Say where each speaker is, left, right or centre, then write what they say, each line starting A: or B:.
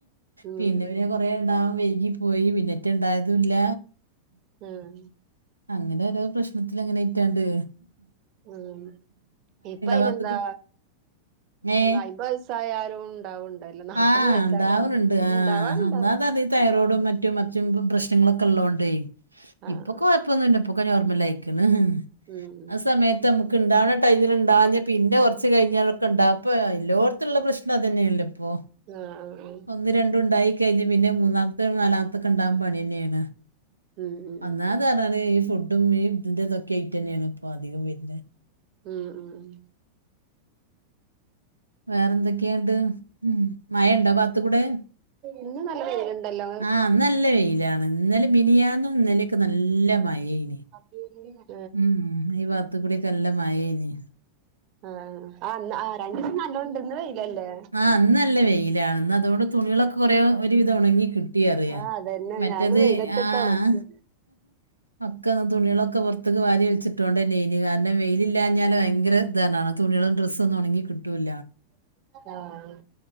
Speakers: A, on the right; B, on the right.
A: ഉം
B: പിന്നെ പിന്നെ കൊറേ ഇണ്ടാവാ വൈകിപോയി പിന്നെറ്റ് ഇണ്ടായതുമില്ല
A: ആഹ്
B: അങ്ങനെ ഓരോ പ്രശ്നത്തിലങ്ങനെ അയ്റ്റാണ്ട്
A: ഉം ഇപ്പം അയിനെന്താ
B: വാത്തുക്കുട്ടി ഏ
A: അയിപ്പത് വയസ്സ് സ്സായാലും ഉണ്ടാവുണ്ടല്ലോ നാല്പത്
B: ആഹ്
A: വയസ്സായാലും
B: ഉണ്ടാവനുണ്ട് ആ
A: ഇണ്ടാവാണ്ടാവും
B: ഒന്നാമത് ഈ തൈറോയ്ഡും
A: ഇണ്ടാവട്ടെ
B: മറ്റും മറ്റും പ്രശ്നങ്ങളൊക്കെ ഉള്ളതേണ്ടേയ്
A: ആഹ്
B: ഇപ്പൊ കൊഴപ്പൊന്നുമില്ല ഇപ്പൊക്കെ നോർമൽ ആയിക്കണ്
A: ആഹ് ഉം
B: ആ സമയത്ത് നമ്മുക്ക് ഇണ്ടാകണ ടൈമിൽ ഇണ്ടാകാഞ്ഞ് പിന്നെ കുറച്ച് കഴിഞ്ഞ് അതൊക്കെ ഉണ്ടാ ഇപ്പം എല്ലോടുത്തും ഉള്ള പ്രശ്നം അത് തന്നെയല്ലേ ഇപ്പൊ
A: ആഹ് ആഹ്
B: ഒന്ന് രണ്ടും ഉണ്ടായി കഴിഞ്ഞ് പിന്നെ മൂന്നാമത്തേമ് നാലാമത്തൊക്കെ ഉണ്ടാകാൻ പണി തന്നെയാണ്
A: ഉം ഉം
B: ഒന്നാമത്
A: ഉം
B: അതാണ് ഈ ഫുഡും ഈ ഇതിന്റെതൊക്കെ ആയിട്ട് തന്നെയാണ് ഇപ്പൊ അധികം വരുന്നത്
A: ഉം ഉം ഉം
B: വേറെ എന്തൊക്കെയ ഇന്നണ്ട് ഉം മഴ ഇണ്ടോ ആ ഭാകത്ത്കൂടെ
A: ഇന്ന് നല്ല വെയിലുണ്ടല്ലോ
B: ആഹ് ഇന്ന് നല്ല വെയിലാണ് ഇന്നലിം മിനിയാന്നും ഇന്നാലൊക്കെ നല്ല മഴ ഏനി
A: <unintelligible>
B: ഉം ഈ വാകത്ത് കൂടി നല്ല മഴ ഏനി
A: ആഹ് ആന്ന് ആ രണ്ടീസം നല്ലോണം ഇണ്ട് ഇന്ന് വെയില് അല്ലേ
B: ആ ഇന്ന് നല്ല വെയി ലാണ് ഇന്ന് അന്തുകൊണ്ട് തുണികളൊക്കെ കൊറേ ഒരുവിതം ഒണങ്ങി കിട്ടി പറ്യാ
A: ആഹ് അതന്നെ
B: മറ്റത്
A: ഞാനും വെയിലത്തിട്ട്
B: ആഹ്
A: ഒണക്കി
B: ഒക്കന്ന് തുണ്യളൊക്കെ പൊർത്ത്ക്ക് വാരി വൽച്ചിട്ടോണ്ടെന്നെയ്നി കാരണം വെയിലില്ലാഞ്ഞാല് വയങ്ക <unintelligible> തുണ്യാള് ഡ്രസ്സൊന്നു ഒണങ്ങി കിട്ടൂലാ
A: ആഹ്